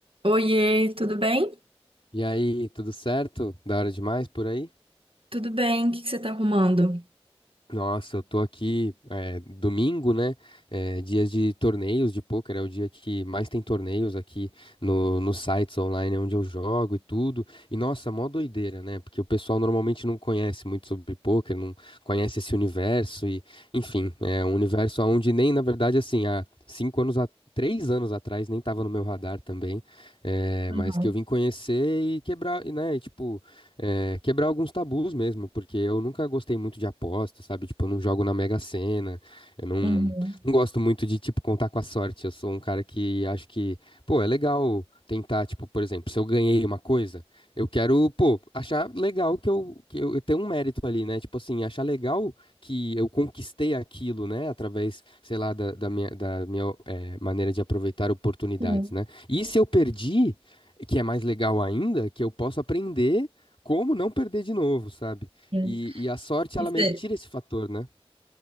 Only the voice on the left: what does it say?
E aí, tudo certo? Da hora demais por aí?
Nossa, eu tô aqui é, domingo, né? É, dias de torneios de pôquer, é o dia que mais tem torneios aqui no, nos sites online onde eu jogo e tudo. E nossa, mó doideira, né? Porque o pessoal normalmente não conhece muito sobre pôquer, não conhece esse universo e, enfim, é um universo onde nem, na verdade, assim, há cinco anos a- Três anos atrás, nem tava no meu radar também, é,
mas que eu vim conhecer e quebrar, e, né? e, tipo, é, quebrar alguns tabus mesmo, porque eu nunca gostei muito de aposta, sabe? Tipo, eu não jogo na Mega Sena, eu não,
não gosto muito de, tipo, contar com a sorte. Eu sou um cara que acho que, pô, é legal tentar, tipo, por exemplo, se eu ganhei uma coisa, eu quero, pô, achar legal que eu, que eu, eu tenho um mérito ali, né? Tipo assim, achar legal que eu conquistei aquilo, né? Através, sei lá, da, da minha, da minha eh, maneira de aproveitar oportunidades,
né? E se eu perdi, que é mais legal ainda, que eu posso aprender como não perder de novo, sabe?
E, e a sorte,
ela
meio que tira esse fator, né?